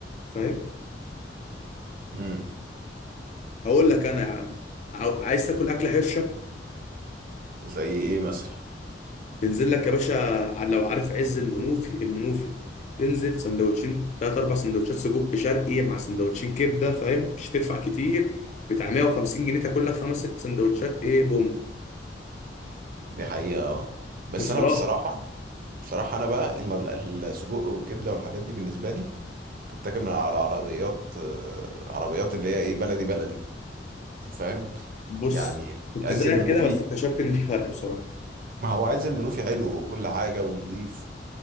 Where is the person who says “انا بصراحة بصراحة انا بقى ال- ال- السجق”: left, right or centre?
Right